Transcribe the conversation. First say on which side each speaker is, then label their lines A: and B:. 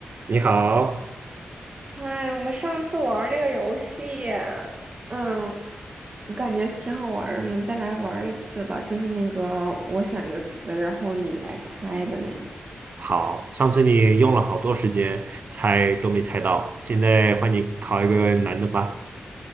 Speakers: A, on the right (about 60°); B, on the right (about 40°).
A: 你好，
B: 哎，我们上次玩儿那个游戏，嗯，我感觉挺好玩儿的，我们再来玩儿一次吧。就是那个我想一个词，然后你来猜的那个。
A: 好，上次你用了好多时间猜都没猜到，现在换你考一个难的吧。